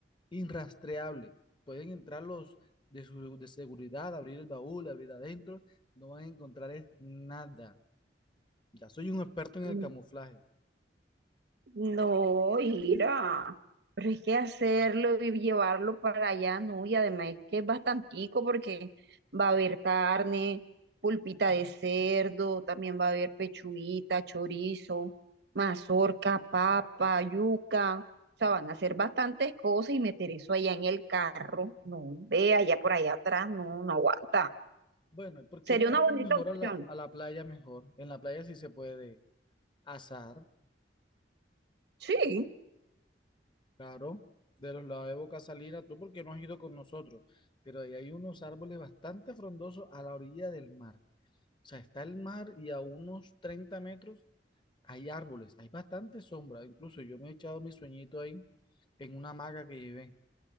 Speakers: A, on the left; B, on the right.
A: inrastreable. Pueden entrar los de, su, de seguridad, abrir el baúl, abrir adentro, no van a encontrar es nada. Ya soy un experto en
B: Mm,
A: el camuflaje.
B: No, Ira, Pero es que hacerlo y llevarlo para allá, no, y además es que es bastantico porque va a haber carne, pulpita de cerdo, también va a haber pechuguita, chorizo, mazorca, papa, yuca, o sea, van a hacer bastantes cosas y meter eso allá en el carro, no, ve allá por allá atrás, no, no aguanta.
A: Bueno, ¿por
B: Sería
A: qué no
B: una
A: vamos
B: bonita
A: mejor
B: opción.
A: a la, a la playa mejor? En la playa sí se puede azar,
B: Sí,
A: claro, de los lados de Boca Salina, tú porque no has ido con nosotros, pero ahí hay unos árboles bastante frondosos a la orilla del mar. O sea, está el mar y a unos 30 metros Hay árboles, hay bastante sombra. Incluso yo me he echado mi sueñito ahí en una hamaca que llevé.